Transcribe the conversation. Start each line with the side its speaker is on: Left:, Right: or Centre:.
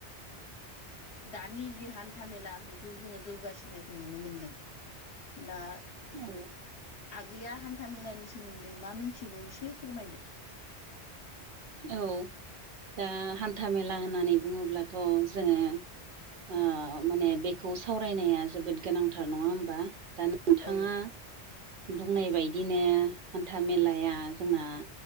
Left: दानि जि हान्थामेला बेखौ जोङो जौगासिननायखौ नुनो मोनदों। दा
Right: औ
Left: आगैया हान्था मेलानि सोमोन्दै मा मिथिगौ एसे फोरमायदो।
Right: औ दा हान्था मेला होननानै बुङोब्लाथ' जोङो ओ माने बेखौ सावरायनाया जोबोद गोनांथार नङा होमबा दा नोंथाङा
Left: औ
Right: बुंनाय बायदिनो हान्था मेलाया जोंना